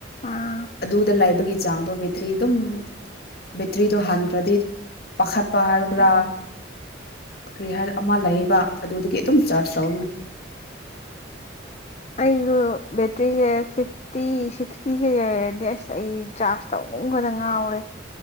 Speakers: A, on the left; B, on the left.
A: ꯑꯥ
B: ꯑꯗꯨꯗ ꯂꯥꯏꯕꯒꯤ ꯆꯥꯡꯗꯣꯕꯕꯤꯇ꯭ꯔꯤ ꯑꯗꯨꯝ ꯕꯦꯇ꯭ꯔꯤꯗꯣ ꯍꯟꯈ꯭ꯔꯗꯤ ꯄꯥꯈꯠꯄ ꯍꯥꯏꯕꯒ꯭ꯔꯥ ꯀꯔꯤ ꯑꯃ ꯂꯩꯌꯦꯕ ꯑꯗꯨꯗꯒꯤ ꯑꯗꯨꯝ ꯆꯥꯔꯖ ꯇꯅꯤ
A: ꯑꯩꯁꯨ ꯕꯦꯇ꯭ꯔꯤꯁꯦ ꯐꯤꯐꯇꯤ ꯁꯤꯛꯁꯇꯤꯒ ꯂꯩꯔꯔꯗꯤ ꯑꯁ ꯑꯩ ꯆꯥꯔꯖ ꯇꯧ ꯃꯤ ꯀꯗꯉꯔꯦ